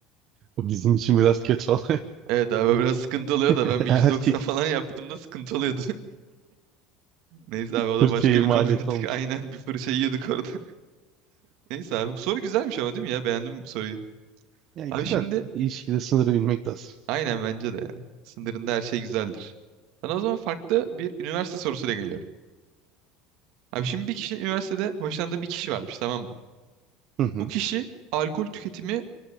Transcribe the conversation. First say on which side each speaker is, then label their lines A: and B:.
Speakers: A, on the right (about 45°); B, on the right (about 65°).
A: o bizim için biraz kötü oldu.
B: Evet abi biraz sıkıntı oluyor
A: <laughs>
B: da ben bir
A: Erkek
B: 190 falan yaptığımda sıkıntı oluyordu. <laughs> Neyse abi o
A: fırçaya
B: da başka bir
A: maliyet
B: konu artık.
A: olmuş.
B: <laughs> Aynen bir fırça yiyorduk orada. <laughs> Neyse abi bu soru güzelmiş ama değil mi ya? Beğendim bu soruyu.
A: Yani
B: Abi
A: güzel.
B: şimdi
A: İlişkide sınırı bilmek lazım.
B: aynen bence de ya. Sınırında her şey güzeldir. Sana o zaman farklı bir üniversite sorusuyla geliyorum. Abi şimdi bir kişi üniversitede hoşlandığı bir kişi varmış tamam mı?
A: Hı hı.
B: Bu kişi alkol tüketimi